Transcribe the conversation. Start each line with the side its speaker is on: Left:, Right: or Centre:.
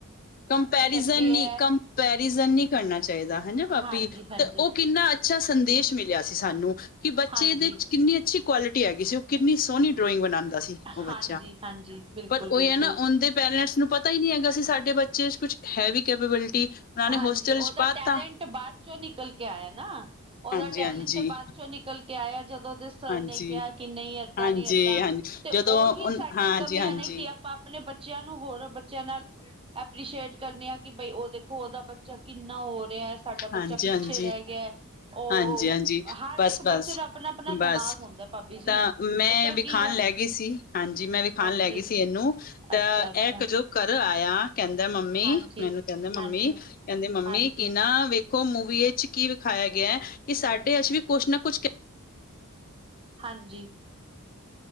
Left: ਕੰਪੈਰੀਜ਼ਨ
Right: ਅੱਗੇ
Left: ਨ,
Right: ਹੈ
Left: ਕੰਪੈਰੀਜ਼ਨ ਨਹੀਂ ਕਰਨਾ ਚਾਹੀਦਾ ਹਨ ਪਾਭੀ।
Right: ਹਾਂਜੀ ਹਾਂਜੀ
Left: ਤੇ ਉਹ ਕਿੰ ਕਿੰਨਾ ਅੱਛਾ ਸੰਦੇਸ਼ ਮਿਲਿਆ ਸੀ ਸਾਨੂੰ, ਕਿ ਬੱਚੇ
Right: ਹਾਂਜੀ
Left: ਦੇ ਕਿੰਨੀ ਅੱੀ ਕੁਆਲਿਟੀ ਹੈਗੀ ਸੀ, ਉਹ ਕਿੰਨੀ ਸੋਹਣੀ ਡਰਾਇੰਗ ਬਣਾਉਂਦਾ ਸੀ। ਉਹ
Right: ਹਾਂਜੀ
Left: ਬੱਚਾ,
Right: ਹਾਂਜੀ ਬਿਲਕੁਲ
Left: ਪਰ ਉਹ
Right: ਬਿਲਕੁਲ
Left: ਹੈ ਨਾ ਉਹਦੇ ਪੇਰੈਂਟਸ ਨੂੰ ਪਤਾ ਹੀ ਨਹੀਂ ਹੈਗਾ ਸੀ ਸਾਡੇ ਬੱਚੇ ਕੁਛ ਹੈ ਵੀ ਕੈਪੇਬਿਲਿਟੀ।
Right: ਹਾਂਜੀ।
Left: ਨੇ ਹੋਸਟਲ
Right: ਉਹਦਾ
Left: ਚ ਪਾਤਾ
Right: ਟੈਲੈਂਟ ਬਾਅਦ ਚੋਂ ਨਿਕਲ ਕੇ ਆਇਆ ਨਾ। ਉਹਦਾ
Left: ਹਾਂਜੀ
Right: ਟੈਲੈਂਟ
Left: ਹਾਂਜੀ
Right: ਬਾਅਦ ਚੋਂ ਨਿਕਲ ਕੇ ਆਇਆ। ਜਦੋਂ ਦੇ ਸਰ
Left: ਹਾਂਜੀ
Right: ਨੇ ਕਿਹਾ ਕਿ ਨਹੀਂ ਏਦਾਂ
Left: ਹਾਂਜੀ
Right: ਨੀ ਏਦਾਂ,
Left: ਹਾਂਜੀ
Right: ਤੇ
Left: ਜਦੋਂ
Right: ਉਹੀ ਸਾਡੀ
Left: ਹਾਂਜੀ
Right: ਕਮੀਆਂ
Left: ਹਾਂਜੀ
Right: ਨੇ ਕਿ ਆਪਾਂ ਆਪਣੇ ਬੱਚਿਆਂ ਨੂੰ ਹੋਰ ਬੱਚਿਆਂ ਨਾਲ, ਐਪ੍ਰਸ਼ੀਏਟ ਕਰਨੇ ਆ ਕਿ ਬਈ ਉਹਦੇ ਹੋ ਉਹਦਾ ਬੱਚਾ ਕਿੰਨਾ ਹੋ ਰਿਹਾ ਹੈ, ਸਾਡਾ ਬੱਚਾ
Left: ਹਾਂਜੀ
Right: ਪਿੱਛੇ
Left: ਹਾਂਜੀ
Right: ਰਹਿ ਗਿਆ ਹੈ। ਉਹ
Left: ਹਾਂਜੀ ਹਾਂਜੀ
Right: ਹਰ
Left: ਬਸ
Right: ਇੱਕ
Left: ਬਸ
Right: ਬੱਚੇ ਦਾ ਆਪਣਾ- ਆਪਣਾ
Left: ਬਸ
Right: ਦਿਮਾਗ ਹੁੰਦਾ ਭਾਬੀ
Left: ਤਾਂ
Right: ਜੀ।
Left: ਮੈਂ
Right: ਪਤਾ
Left: ਵਿਖਾਣ
Right: ਕੀ ਹੈ
Left: ਲੈ ਗਈ ਸੀ ਹਾਂਜੀ। ਮੈਂ ਵਿਖਾਣ
Right: ਹਾਂਜੀ
Left: ਲੈ ਗਈ ਸੀ ਇਹਨੂੰ, ਤਾਂ
Right: ਅੱਛਾ ਅੱਛਾ
Left: ਇਹ ਕ ਜੋ ਘਰ ਆਇਆ, ਕਹਿੰਦਾ ਮੰਮੀ,
Right: ਹਾਂਜੀ
Left: ਮੈਨੂੰ ਕਹਿੰਦਾ
Right: ਹਾਂਜੀ
Left: ਮੰਮੀ, ਕਹਿੰਦੇ ਮੰਮੀ
Right: ਹਾਂਜੀ
Left: ਕਿ ਨਾ ਵੇਖ ਓ ਮੂਵੀ ਚ' ਕੀ ਵਿਖਾਇਆ ਗਿਆ, ਹੈ ਕਿ ਸਾਡੇ ਅ ਵੀ ਕੁਛ ਨਾ ਕੁਛ
Right: ਹਾਂਜੀ।